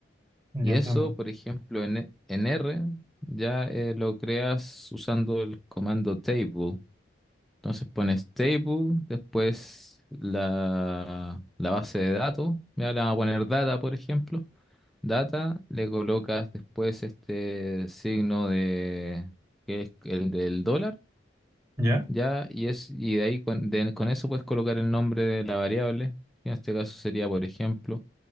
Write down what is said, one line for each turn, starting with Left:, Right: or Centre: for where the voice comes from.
Right: ya
Centre: Y
Right: entiendo.
Centre: eso, por ejemplo, en, e- en R, ya eh, lo creas usando el comando table. Entonces pones table, después la, la base de datos, ya le vamos a poner data, por ejemplo. Data, le colocas después este signo de, que es el del dólar
Right: Ya,
Centre: Ya, y es, y de ahí con, de- con eso puedes colocar el nombre de la variable, que en este caso sería, por ejemplo,